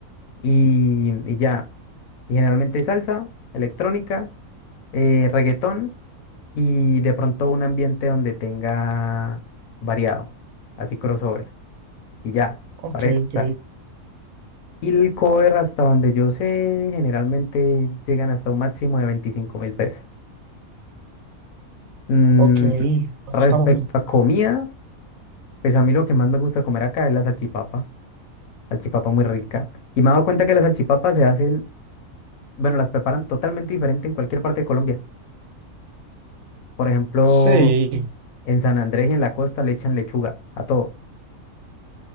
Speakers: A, on the left (about 70°); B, on the right (about 70°).
A: Y, y ya. Y generalmente salsa, electrónica, eh, reggaetón y de pronto un ambiente donde tenga variado, así crossover, y ya,
B: ok,
A: para de contar.
B: ok,
A: Y el cover, hasta donde yo sé, generalmente llegan hasta un máximo de veinticinco mil pesos. Mm,
B: ok, bueno,
A: respecto
B: está mal.
A: a comida, pues a mí lo que más me gusta comer acá es la salchipapa, salchipapa muy rica. Y me he dado cuenta que las salchipapas se hacen, bueno, las preparan totalmente diferente en cualquier parte de Colombia. Por ejemplo,
B: Sí,
A: en San Andrés y en la costa le echan lechuga a todo.